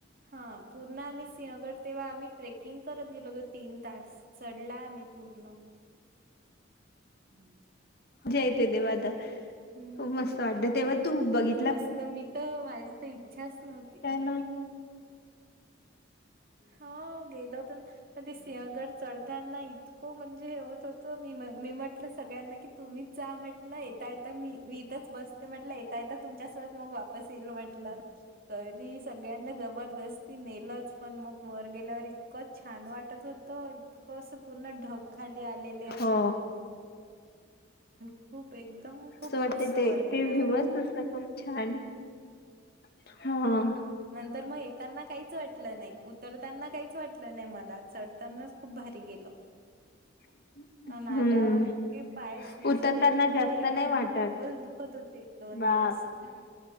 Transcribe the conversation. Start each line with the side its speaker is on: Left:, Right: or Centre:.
Right: हा पूर्ण, सिंहगड तेव्हा आम्ही ट्रेकिंग करत, गेलोतो तीन तास चढला आम्ही पूर्ण,
Left: <unintelligible>
Right: हम्म,
Left: जय त देवाद खूप
Right: हम्म
Left: मस्त वाटत तेव्हा तू बघितलं,
Right: खूप मस्त मी तर माझी तर इच्छाच नव्हती,
Left: ना
Right: हा गेल होत ना, मण ते सिंहगड चढताना इतकं म्हणजे होत हो, त मी मी म्हटलं सगळ्यांना की तुम्हीच जा म्हटलं येता, यता मी मी इथच बसते म्हटलं येता य, आ तुमच्यासोबत मग वापस येईल म्हटलं, तरी सगळ्यांना जबरदस्ती नेलच, वर गेल्यावर इतकं छान वाटत होतं, इतकं असं पूर्ण ढक, खाली आलेले असे
Left: हो
Right: खूप, एकदम खूप,
Left: असं वाटत
Right: मस्त
Left: ते
Right: वर गेल्यावर,
Left: ते व्ह्यूवच नुसता खूप छान हा
Right: तर मग येताना काहीच वाटलं नाही, उतरताना काहीच वाटलं नाही मला चढतानाच खूप भारी गेलं,
Left: <unintelligible>
Right: नाल्यावर
Left: हम्म
Right: इतके पाय सुजले
Left: उतरताना
Right: होते,
Left: जास्त नाही
Right: आणि
Left: वाटत
Right: खूपच दुखत होते दोन
Left: बापरे
Right: दिस, दि